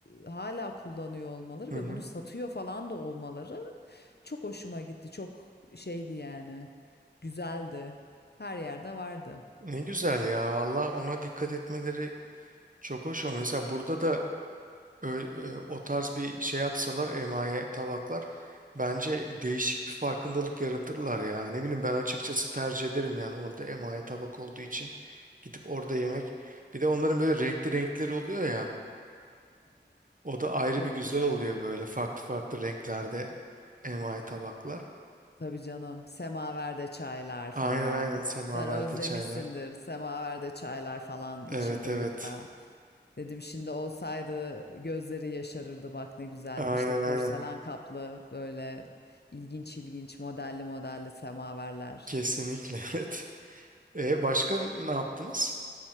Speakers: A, on the left (about 60°); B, on the right (about 45°).
A: hala kullanıyor olmaları
B: Hı
A: ve
B: hı.
A: bunu satıyor falan da olmaları çok hoşuma gitti. Çok şeydi yani. Güzeldi. Her yerde vardı.
B: Ne güzel ya valla ona dikkat etmeleri çok hoş. O mesela burada da Ö- ö- o tarz bir şey yapsalar emaye tabaklar bence değişik bir farkındalık yaratırlar ya. Ne bileyim ben açıkçası tercih ederim yani orada emaye tabak olduğu için gidip orada yemek. Bir de onların böyle renkli renkleri oluyor ya.
A: Evet evet.
B: O da ayrı
A: Çok
B: bir güzel
A: güzeldi.
B: oluyor böyle farklı farklı renklerde emaye tabaklar.
A: Tabii canım. Semaverde çaylar falan.
B: Aynen aynen semaverde
A: Sen özlemişsindir.
B: çaylar.
A: Semaverde çaylar falan içildi
B: Evet evet.
A: burada. Dedim şimdi olsaydı gözleri yaşarırdı bak ne güzel.
B: Aynen
A: İşte porselen
B: aynen.
A: kaplı böyle ilginç ilginç modelli modelli semaverler.
B: Kesinlikle <laughs> evet. E başka ne yaptınız?